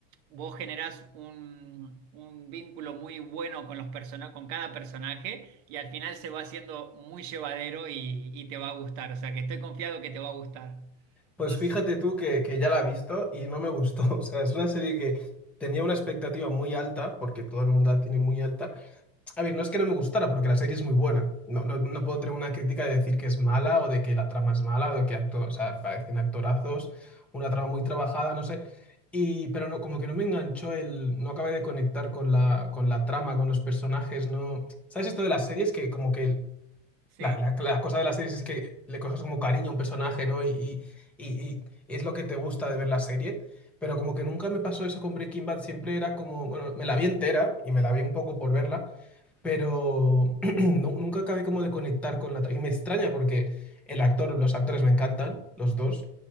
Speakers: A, on the right; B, in the centre.
A: vos generás un, un vínculo muy bueno con los persona- con cada personaje y al final se va haciendo muy llevadero y, y te va a gustar. O sea que estoy confiado que te va a gustar.
B: Pues
A: No sé.
B: fíjate tú que, que ya la he visto y no me gustó. <laughs> O sea, es una serie que tenía una expectativa muy alta, porque todo el mundo la tiene muy alta. A ver, no es que no me gustara, porque la serie es muy buena. No, no, no puedo tener una crítica de decir que es mala o de que la trama es mala o de que acto, o sea, parecen actorazos, una trama muy trabajada, no sé. Y, pero no, como que no me enganchó el, no acabé de conectar con la, con la trama, con los personajes, no. ¿Sabes esto de las series? Que como que el-
A: Sí,
B: la, la- la cosa de las series es que le coges como cariño a un personaje, ¿no? Y, y, y, y es lo que te gusta de ver la serie. Pero como que nunca me pasó eso con Breaking Bad, siempre era como, bueno, me la vi entera y me la vi un poco por verla pero <clears throat> nu- nunca acabé como de conectar con la... tra- Y me extraña porque el actor, los actores me encantan, los dos.